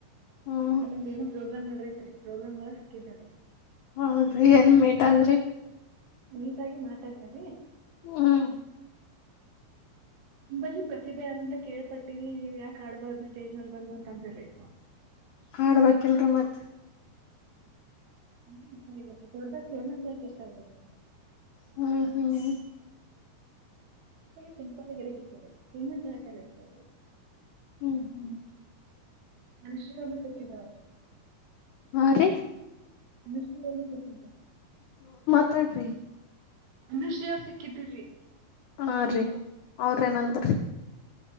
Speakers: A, on the right; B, on the left.
A: -
B: ಹ್ಮ್
A: ಅಲ್ಲೊಂದ ಏನು ಪ್ರೋಗ್ರಾಮ್ ನಡೈತ್ರಿ ಪ್ರೋಗ್ರಾಮ್ ಒಳಗ ಸಿಕ್ಕಿದ್ದೆರೆ.
B: ಹೌದ್ರಿ, ಏನ್ ಮಿಟಿದ್ರಿ.
A: ಮಿಟಾಗಿ ಮಾತಾಡ್ದೇರಿ.
B: ಹ್ಮ್,
A: ನಿಂಬಲ್ಲಿ ಪ್ರತಿಭೆ ಆದಂತ ಕೇಳ್ಪಟ್ಟೀವಿ, ನೀವ್ ಯಾಕ ಆಡ್ಬಾರ್ದು ಸ್ಟೇಜ್ ಮೇಲೆ ಬಂದು ಅಂತ ಅಂತರ್ರಿ.
B: ಹಾಡ್ಬೇಕಿಲ್ರಿ ಮತ್
A: ಹ ಇಷ್ಟ ಇಲ್ಲ ದೊಡ್ದಾಗ ಫೇಮಸ್ ಯಾಕೆ ಇಷ್ಟ ಇಲ್ಲ ನಿಗೆ <unintelligible>
B: ಹ್ಮ್ ಹ್ಮ್ <inaudible>
A: ಸಿಂಪಲ್ ಆಗಿ ಇರಕಿಷ್ಟರಿಸೀಮೆಟ್ ಹಾಕಲ್ಲತ <unintelligible> ಇದು
B: ಹ್ಮ್ ಹ್ಮ್ <inaudible>
A: ಮನುಷ್ಯ ಸಿಕ್ಕಿದ್ರ <unintelligible>
B: ಅದ <inaudible>
A: ಅನುಷ್ಟ <unintelligible>
B: ಉತ್ತ ರ <unintelligible>
A: ಮನು ಶ್ರಿ ಅವ್ರ ಸಿಕ್ಕಿದ್ರರಿ.
B: ಹಾ, ರೀ ಅವ್ರೇಏನಂದ್ರಿ.